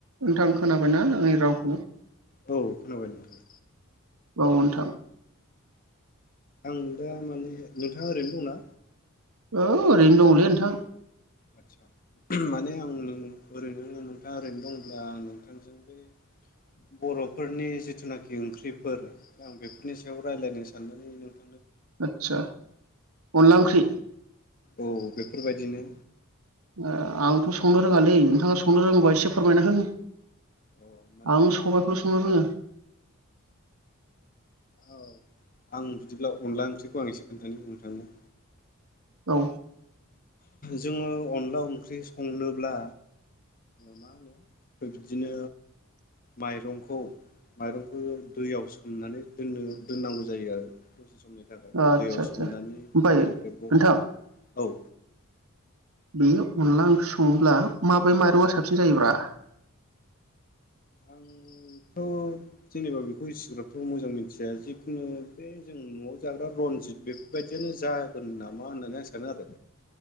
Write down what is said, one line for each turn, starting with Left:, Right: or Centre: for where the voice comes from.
Right: नोंथां खोनाबायना आंनि रावखौ‌?
Left: औ खोनाबाय नोंथां।
Right: ओ नोंथां।
Left: आं दा माने नोंथाङा ओरैनो दंना?
Right: औ ओरैनो दंलै नोंथां।
Left: आदसा माने आं नों ओरैनो नोंथाङा ओरैनो दंब्ला आं नोंथांजों बे बर'फोरनि जिथुनाखि ओंख्रिफोर आं बेफोरनि सायाव रायज्लायनो साननानै नोंथ
Right: आथसा अनला ओंख्रि।
Left: औ बेफोरबायदिनो।
Right: ओ आंथ' संनो रोङालै नोंथाङा संनो रोङोबा एसे फोरमायना हो।
Left: अ माने
Right: आं सबायखौल' संनो रोङो।
Left: औ आं बिदिब्ला अनला ओंख्रिखौ आं एसे खोन्थानि नोंथांनो।
Right: औ।
Left: जोंङो अनला ओंख्रि संनोब्ला। मा होनो बिदिनो माइरंखौ माइरंखौ दैयाव सोमनानै दोनो दोननांगौ जायो आरो दस समनि थाखाय
Right: आदसा
Left: दैयाव
Right: आदसा
Left: सोमनानै
Right: ओमफ्राय
Left: दैनिफ्राय बख
Right: नोंथां
Left: औ
Right: बे अनला ओंख्रिखौ संङोब्ला माबे माइरंआ साबसिन जायोब्रा?
Left: आंथ' जेनेबा बेखौ एसिग्राबथ' मोजां मिथिया जिखुनु बे जों न'आव जाग्रा रनजित बेफोरबायदियानो जागोन नामा होननानै आं सानो आरो।